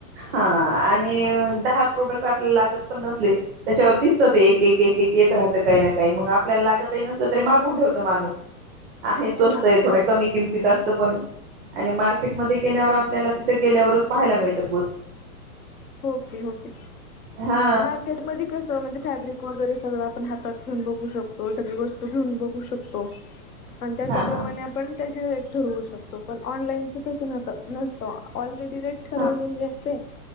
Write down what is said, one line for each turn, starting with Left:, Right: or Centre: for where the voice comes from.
Centre: हा आणि नी दहा प्रोडक्ट आपल्याला लागत पण नसले त्याच्यावर दिसत ते एक एक एक एक येत राहतं काही ना काही नी मंगआपल्याला लागतही नसलं तरी मागुन ठेवतं माणूस आहे स्वस्त
Left: हो ना.
Centre: आहे थोड कमी किम -- तिथ असत पण आणि मार्केटमध्ये गेल्यावर आपल्याला तिथं गेल्यावरच पाहायला मिळतात वस्तू.
Left: होकी होकी
Centre: हा
Left: मार्केटमध्ये कस म्हणजे फॅब्रिक वगैरे सगळं आपण हातात -- घेऊन बघू शकतो. सगळी वस्तू घेऊन बघू शकतो. आणि त्याच्याप्रमाणे
Centre: हा हा
Left: आपण त्याची रेट ठरवू - शकतो. पण ऑनलाईन च तस नत नसत ऑलरेडी रेट ठरवलेली
Centre: हा
Left: असते